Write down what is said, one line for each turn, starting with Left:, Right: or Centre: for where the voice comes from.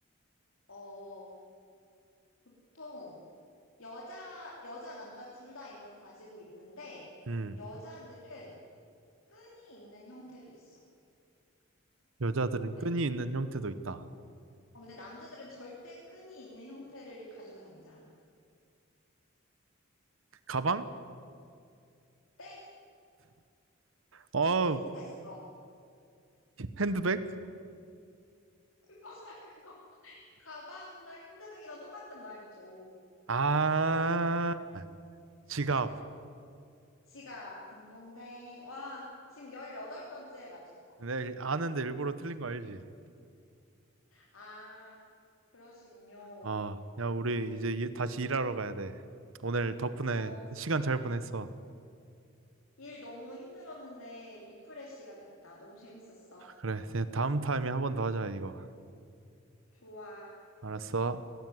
Left: 어, 보통, 여자, 여자, 남자 둘 다 이걸 가지고 있는데,
Right: 음.
Left: 여자들은 끈이 있는 형태도 있어.
Right: 여자들은
Left: 네.
Right: 끈이 있는 형태도 있다.
Left: 어, 근데 남자들은 절대 끈이 있는 형태를 가지고 다니지 않아.
Right: 가방?
Left: 땡!
Right: 어,
Left: 비슷했어.
Right: 핸드백?
Left: 그거나 그거. 가방이나 핸드백이나 똑같은 말이죠.
Right: 아, 지갑.
Left: 지갑, 딩동댕. 와, 지금 18번째에 맞췄다.
Right: 내가 아는데 일부러 틀린 거 알지?
Left: 아, 그러시군요.
Right: 아, 야, 우리 이제 일- 다시 일하러 가야 돼. 오늘 덕분에
Left: 어,
Right: 시간 잘 보냈어.
Left: 일 너무 힘들었는데 리프레쉬가 됐다. 너무 재밌었어.
Right: 그래, 이제 다음 타임에 한 번 더 하자, 이거.
Left: 좋아.
Right: 알았어.